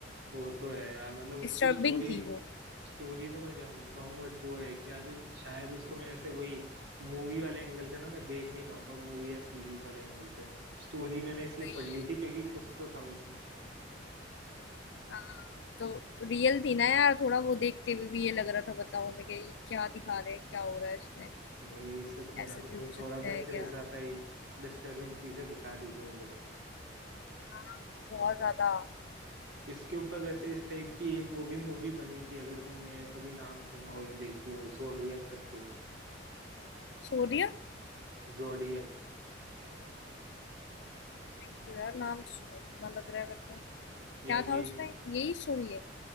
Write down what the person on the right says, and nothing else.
वो तो है यार मतलब उसकी
स्टोरी
स्टोरी तो मैं जानता हूँ बट वो है कि यार शायद उसको मैं ऐसे वही मूवी वाले एंगल से ना मैं देख नहीं पाऊंगा मूवी या सीरीज वाले एंगल से स्टोरी मैंने इसलिए
पढ़ ली थी क्योंकि कुछ तो था उसमें
वही सच में यार
उसमें
थोड़ा तो
ऐसे
ज्यादा ही डिस्टर्बिंग चीजें दिखा दी थी उन लोगों ने
इसके ऊपर वैसे इस टाइप की एक वो भी मूवी बनी थी अगर तुमने कभी नाम सुना हो या देखी हो जोडियक करके
जोडियक
यार ये